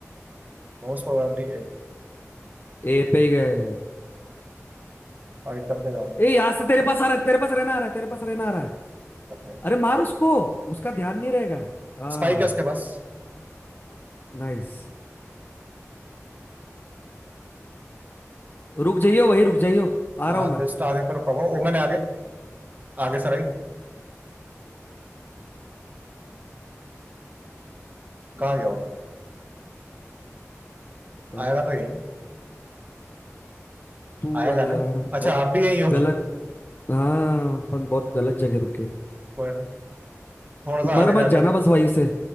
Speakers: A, on the right; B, on the left.
A: प्रोबेबली
B: ए पे ही गए
A: ऑडिट करके जाऊंगा
B: ए यहाँ से तेरे पास आ रहा है तेरे पास रहना आ रहा है तेरे पास रहना आ रहा है
A: ओके
B: अरे मार उसको उसका ध्यान नहीं रहेगा हाँ
A: स्पाइक है उसके पास
B: नाइस रुक जाइयो वही रुक जाइयो आ
A: हाँ
B: रहा हूँ मैं
A: जस्ट आगे पर प्रभाव ओमन है आगे आगे से राइट कहाँ गया ओमन
B: पता
A: आएगा
B: नहीं
A: तो यही
B: तू
A: आएगा
B: अरे यार
A: ना
B: बहुत
A: अच्छा आप भी यही हो
B: गलत हाँ अपन बहुत गलत जगह रुके
A: कोई ना थोड़ा सा
B: मर
A: आगे जाके
B: मत जाना
A: देख
B: बस वहीं से